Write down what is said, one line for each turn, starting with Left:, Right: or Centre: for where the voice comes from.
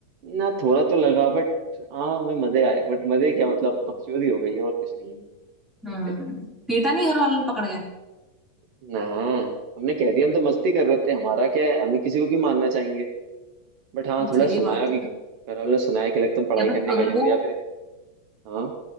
Right: ना थोड़ा तो लगा बट हाँ मैं मजे आए बट मजे क्या मतलब बकचोदी हो गई है और कुछ नहीं
Centre: हम्म
Right: है
Centre: पीटा नहीं घर वालों ने पकड़ गए
Right: <laughs> ना हमने कह दिया हम तो मस्ती कर रहे थे हमारा क्या है हमें किसी को क्यों मानना चाहेंगे बट हाँ थोड़ा
Centre: सही
Right: सुनाया
Centre: बात
Right: कि घर
Centre: है
Right: वालों ने सुनाया कि लगता तुम पढ़ाई
Centre: या बट
Right: करने
Centre: अगर
Right: गए हो
Centre: वो
Right: या फिर हाँ